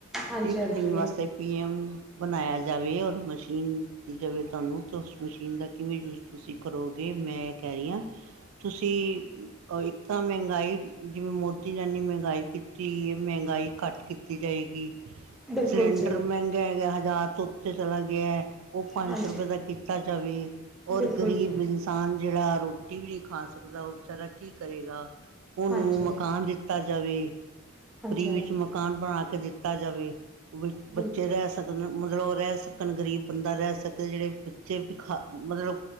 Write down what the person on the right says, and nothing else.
ਇੱਕ
ਦਿਨ ਵਾਸਤੇ ਪੀ ਐੱਮ ਬਣਾਇਆ ਜਾਵੇ ਔਰ ਮਸ਼ੀਨ ਦਿੱਤੀ ਜਾਵੇ ਤੁਹਾਨੂੰ ਤਾਂ ਉਸ ਮਸ਼ੀਨ ਦਾ ਕਿਵੇਂ ਯੂਜ਼। ਤੁਸੀਂ ਕਰੋਗੇ, ਮੈਂ ਇਹ ਕਹਿ ਰਹੀ ਹਾਂ ਤੁਸੀਂ ਇੱਕ। ਤਾਂ ਮਹਿੰਗਾਈ ਜਿਵੇਂ ਮੋਦੀ ਨੇ ਨੇ ਮਹਿੰਗਾਈ ਕੀਤੀ ਇਹ ਮਹਿੰਗਾਈ ਘੱਟ ਕੀਤੀ ਜਾਵੇਗੀ
ਸਿਲੰਡਰ
ਮਹਿੰਗਾ ਹੈਗਾ, ਹਜ਼ਾਰ ਤੋਂ ਉੱਤੇ ਚਲਾ ਗਿਆ। ਉਹ ਪੰਜ
ਸੌ ਰੁਪਏ ਦਾ ਕੀਤਾ ਜਾਵੇ ਔਰ
ਗਰੀਬ।
ਕਿਸਾਨ ਜਿਹੜਾ ਰੋਟੀ ਵੀ ਨਹੀਂ ਖਾ ਸਕਦਾ ਉਹ ਵਿਚਾਰਾ ਕੀ ਕਰੇਗਾ ਉਹਨੂੰ
ਮਕਾਨ ਦਿ। ਦਿੱਤਾ ਜਾਵੇ
ਫਰੀ ਵਿੱਚ
ਮਕਾਨ ਬਣਾ ਕੇ ਦਿੱਤਾ ਜਾਵੇ। ਬ
ਬੱਚੇ ਰਹਿ ਸਕਣ ਮਤਲਬ ਉਹ ਰਹਿ ਸਕਣ ਗਰੀਬ ਬੰਦਾ ਰਹਿ ਸਕੇ ਜਿਹੜੇ ਬੱਚੇ ਭਿਖਾਰੀ ਮਤਲਬ।